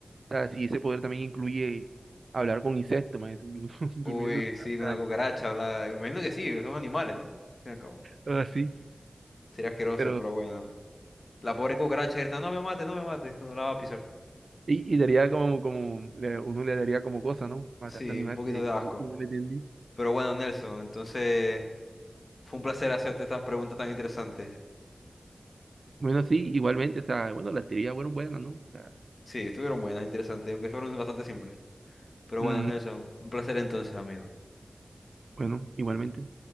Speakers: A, on the right; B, on the left.
A: sea, si ese poder también incluye hablar con insectos, man, y uno <laughs> durmiendo
B: Uy,
A: en su casa,
B: sí, una cucaracha, la... imagino que sí, son animales, ¿no? Al fin y al cabo.
A: o así,
B: Sería asqueroso,
A: pero,
B: pero bueno. La pobre cucaracha grita, no me mates, no me mates, no la va a pisar.
A: y, y daría como, como, le- uno le daría como cosa, ¿no? Matar
B: Sí,
A: a animales,
B: un poquito
A: eh,
B: de asco.
A: uno le entiende.
B: Pero bueno, Nelson, entonces fue un placer hacerte estas preguntas tan interesantes.
A: Bueno, sí, igualmente, o sea, bueno, las teorías fueron buenas, ¿no? O sea,
B: Sí, estuvieron buenas, interesantes, aunque fueron bastante simples. Pero
A: mm,
B: bueno, Nelson, un placer entonces, amigo.
A: bueno, igualmente.